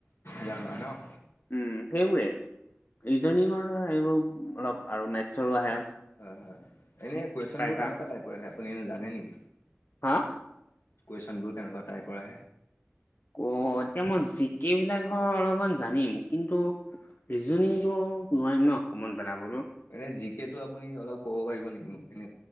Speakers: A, on the left; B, on the left.
A: গ্ৰামাৰ ন?
B: উম, সেইবোৰে ৰিজনঙৰ এইবোৰ অলপ আৰু মেথছৰো আহে।
A: হয় হয়, এনে কুৱেশন
B: প্ৰায়ভাগ।
A: বোৰ কেনেকুৱা টাইপৰ আহে আপুনি এনে জানে নেকি?
B: হা?
A: কুৱেশ্যনবোৰ কেনেকুৱা টাইপৰ আহে?
B: অ', এতিয়া মই জিকে বিলাক হয় অলপমান জানিম, কিন্তু ৰিজনিংটো নোৱাৰিম ন, কমন পেলাবলৈও।
A: এনে জিকেটো আপুনি অলপ ক'ব পাৰিব নেকি মোক? কেনে